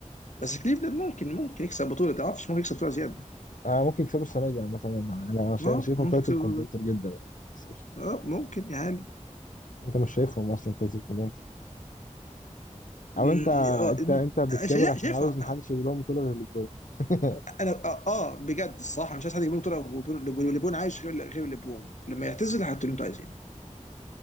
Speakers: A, on the left (about 70°); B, on the left (about 85°).
A: بس كليفلاند ممكن ممكن يكسب بطوله ما اعرفش ممكن يكسب بطوله زياده
B: آه ممكن يكسبوا السنة دي عامة أنا أنا شايف-
A: اه
B: شايفهم
A: ممكن
B: تايتل
A: يكسب بطولة.
B: كونتنتر جدا يعني بس مش-
A: اه ممكن يا عالم
B: أنت مش شايفهم أصلا تايتل كونتنتر
A: م-
B: أو أنت
A: اه
B: أنت
A: م-
B: أنت بتكابر
A: شايف-
B: عشان
A: شايفها
B: عاوز محدش يجيب لهم بطولة غير ليبرون <laughs>
A: انا اه آه، بجد الصراحه مش عايز حد يجيب لهم بطوله وبون- لبون لبون عايش غير غير لبون لما يعتزل هاتوا اللي انتوا عايزينه